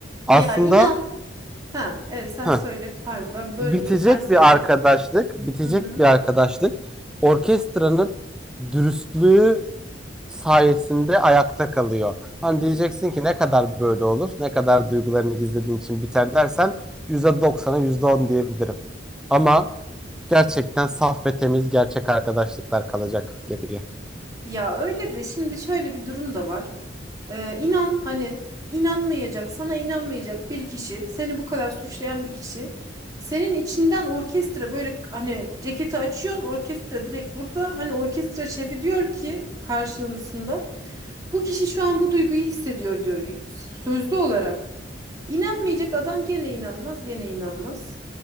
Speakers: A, in the centre; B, on the right.
A: Aslında
B: Ya inan. Ha, evet sen
A: heh,
B: söyle. Pardon ben bölmeyeyim.
A: bitecek
B: Sen söyle.
A: bir arkadaşlık, bitecek
B: Hı hı.
A: bir arkadaşlık orkestranın dürüstlüğü sayesinde ayakta kalıyor. Hani diyeceksin ki ne kadar böyle olur, ne kadar duygularını gizlediğin için biter dersen yüzde doksan'a %10 diyebilirim. Ama gerçekten saf ve temiz gerçek arkadaşlıklar kalacak geriye.
B: Ya öyle de şimdi şöyle bir durum da var. Ee, inan hani inanmayacak, sana inanmayacak bir kişi, seni bu kadar suçlayan bir kişi, senin içinden orkestra böyle hani ceketi açıyorsun, orkestra direkt burada. Hani orkestra şefi diyor ki karşılığında bu kişi şu an bu duyguyu hissediyor diyor y- sözlü olarak. İnanmayacak adam gene inanmaz, gene inanmaz.